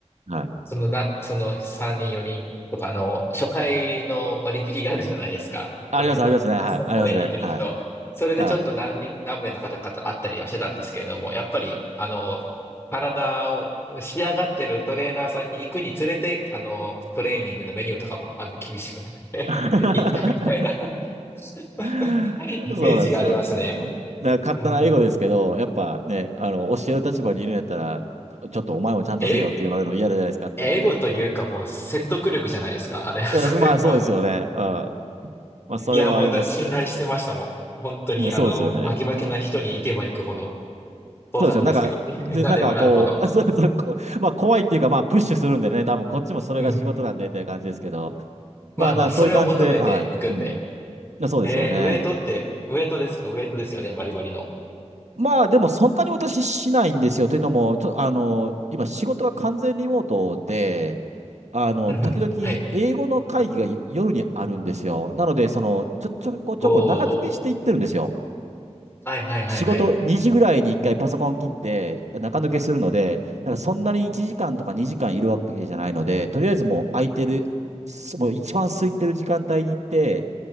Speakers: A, on the right; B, on the left.
A: はい。
B: そのな、その3人、4人とかの初回の割引があるじゃないですか。
A: あります、
B: トレーナー、
A: ありますね。はい。ありますね。
B: <laughs> トレーニングに行くと。
A: はい。
B: それでちょっと何人、
A: はい。
B: 何名の方々と会ったりはしてたんですけれども、やっぱり、あの、体を仕上がってるトレーナーさんに行くにつれて、あの、トレーニングのメニューとかも、あの、厳しくなって
A: <laughs>
B: <laughs> 行ったみたいな <laughs>
A: <laughs>
B: イメージがありますね。
A: そうなんですよ。うんだから勝手な英語ですけど、
B: うん。
A: やっぱね、あの、教える立場にいるんやったら、ちょっとお前もちゃんとせよって言われるの嫌じゃないですかと思って。
B: え、英語というかもう説得力じゃないですか。あれ、それは
A: だからまあそうですよね。うん。まあそれはありますね。
B: いや、もうだ、信頼してましたもん。本当に、
A: うん。
B: あの、
A: そうですよね。
B: バキバキな人に行けば行くほど
A: うん、
B: 怖かったですけど、
A: そうですよ。なんか、で、
B: <laughs> なればなるほど。
A: なんかこう、<laughs> そうそう、こうまあ怖いっていうか、まあプッシュするんでね、多分こっちもそれが仕事なんでっていう感じですけど、
B: うん。まあまあ、
A: まあな、
B: それを求めていくんで。
A: そういう感じで、はい。うん。そうですよね。
B: えー、ウエイトって、ウエイトですかウエイトですよね、バリバリの。
A: まあでもそんなに私しないんですよ。というのも、ちょ、あの、今仕事が完全リモートで、あの、
B: うんうん。
A: 時々英語の会議が夜にあるんですよ。
B: はい。
A: なので、その、ちょ、ちょこちょこ中抜けしていってるんですよ。
B: こう、はいはいはいはい。
A: 仕事2時ぐらいに1回パソコン切って中抜けするので、だからそんなに1時間とか2時間いるわけじゃないので、とりあえずもう空いてる、すもう一番空いてる時間帯に行って、